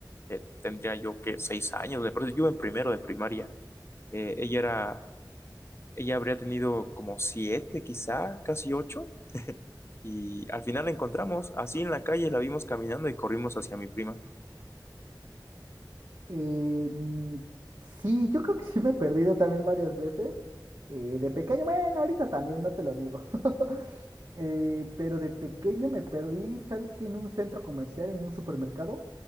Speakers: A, on the left; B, on the right.
A: eh, tendría yo que seis años, me parece, yo en primero de primaria, Eh, ella era, ella habría tenido como siete quizá, casi ocho. Y al final la encontramos, así en la calle la vimos caminando y corrimos hacia mi prima.
B: Eh, mm, sí, yo creo que sí me he perdido también varias veces. Eh, de pequeño, bueno, ahorita también, no te lo niego. <laughs> Eh, pero de pequeño me perdí, ¿sabes qué? En un centro comercial, en un supermercado,